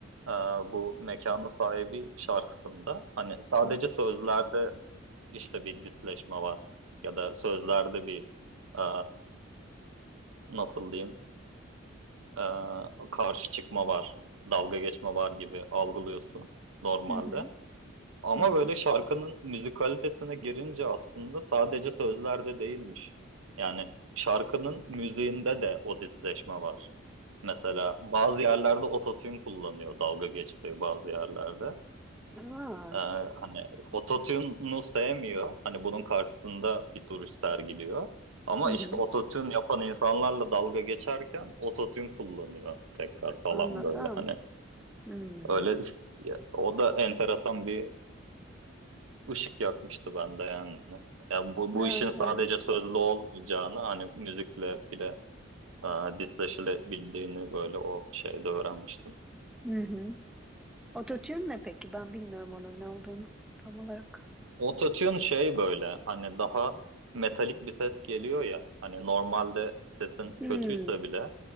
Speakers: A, on the right; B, in the centre.
A: e, bu Mekanı Sahibi şarkısında hani sadece
B: Hı hı.
A: sözlerde işte bir disleşme var ya da sözlerde bir e, nasıl diyeyim e, karşı çıkma var, dalga geçme var gibi algılıyorsun normalde.
B: Hı hı.
A: Ama
B: Hı hı.
A: böyle şarkının müzikalitesine girince aslında sadece sözlerde değilmiş. Yani şarkının müziğinde de o disleşme var. Mesela bazı yerlerde ototune kullanıyor dalga geçtiği bazı yerlerde.
B: Aa.
A: Ee, hani ototune'u sevmiyor. Hani bunun karşısında bir duruş sergiliyor. Ama
B: Hı hı.
A: işte ototune yapan insanlarla dalga geçerken ototune kullanıyor tekrar falan
B: Anladım.
A: böyle hani.
B: Hmm.
A: Öyle ya, o da enteresan bir e, ışık yakmıştı bende yani. Ya bu, bu
B: Evet
A: işin sadece
B: evet.
A: sözlü olmayacağını hani müzikle bile e, disleşilebildiğini böyle o şeyde öğrenmiştim.
B: Hı hı. Ototune ne peki? Ben bilmiyorum onun ne olduğunu tam olarak.
A: Autotune şey böyle hani daha metalik bir ses geliyor ya hani normalde sesin
B: Hmm.
A: kötüyse bile